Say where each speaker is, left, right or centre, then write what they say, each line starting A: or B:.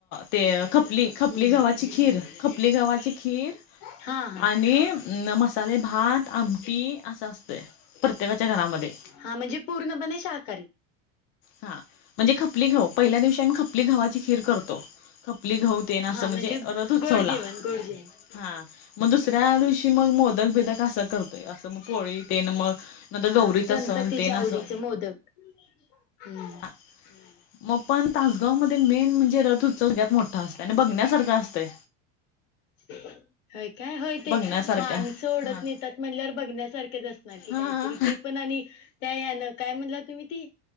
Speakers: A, on the left; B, on the left.
A: ते खपली खपली
B: हम्म.
A: गववाची खीर खपली गावची खीर
B: हा हा.
A: आणि अ मसाले भात आमटी असं असत प्रत्येकाच्या घरामध्ये
B: हा म्हणजे पूर्णपणे शाकाहारी
A: हा म्हणजे खपली घाऊ पहिल्या दिवशी आम्ही खपली घावाची खीर करतो खपली घाऊ. ते ना असं
B: हा
A: म्हणजे रद उत्
B: गोड
A: चवला.
B: जेवण गोड जेवण.
A: हा मग दुसऱ्या दिवशी मग मोदक भेदक असं करतोय असं मग पोळी तेन मग न तर
B: हा
A: दोवररीचा
B: गणपतीच्या
A: सण ते ना
B: आवडीचे
A: सण
B: मोदक हम्म
A: हां. मग पण तासगाव मध्ये मेन म्हणजे रथ उत्सव यात मोठा असत आणि बघण्यासारखा असतंय.
B: ह. हय काय होय ते
A: बघण्यासारखा
B: माणसं ओढत
A: हा
B: नेतात म्हणल्यार बघण्यासारखेच असणार की
A: हा
B: काय? तरी ते पण आणि त्या यान काय म्हणलं तुम्ही ती